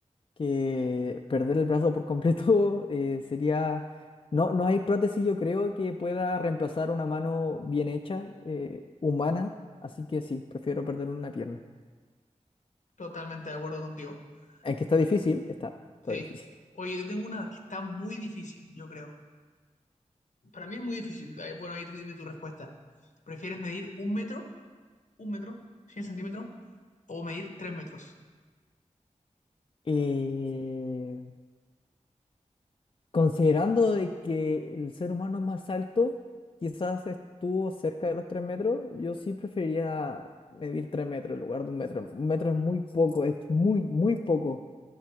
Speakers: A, on the left; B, on the left.
A: que perder el brazo por completo <laughs> eh, sería... No, no hay prótesis, yo creo, que pueda reemplazar una mano bien hecha, eh, humana. Así que sí, prefiero perder una pierna.
B: Totalmente de acuerdo contigo.
A: Aunque está difícil,
B: Eh,
A: está, está
B: sí.
A: difícil.
B: Oye, yo tengo una que está muy difícil, yo creo. Para mí es muy difícil. Ahí, Bueno, ahí tú dime tu respuesta. ¿Prefieres medir un metro, un metro, 100 centímetros, o medir tres metros?
A: Eh, considerando de que el ser humano más alto quizás estuvo cerca de los 3 metros, yo sí preferiría medir 3 metros en lugar de un metro. Un metro es muy poco, es muy, muy poco.